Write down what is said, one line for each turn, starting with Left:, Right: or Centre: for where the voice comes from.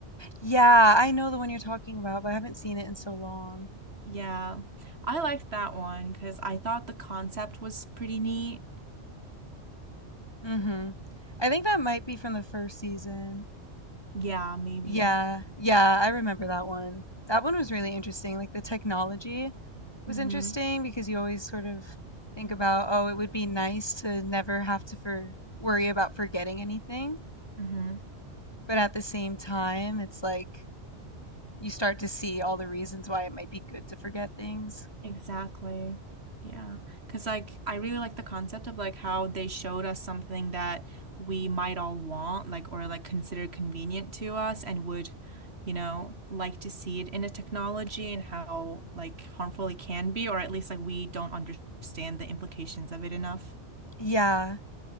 Left: Yeah, I know the one you're talking about, but I haven't seen it in so long.
Right: Yeah. I liked that one because I thought the concept was pretty neat.
Left: Mhm. I think that might be from the 1st season.
Right: Yeah, maybe.
Left: Yeah, yeah, I remember that one. That one was really interesting. Like the technology was
Right: Mm-hmm.
Left: interesting because you always sort of think about, oh, it would be nice to never have to for worry about forgetting anything.
Right: Mm-hmm.
Left: But at the same time, it's like you start to see all the reasons why it might be good to forget things.
Right: Exactly. Yeah. 'Cause like I really like the concept of like how they showed us something that we might all want, like or like consider convenient to us and would, you know, like to see it in a technology and how like harmful it can be, or at least like we don't understand the implications of it enough.
Left: Yeah.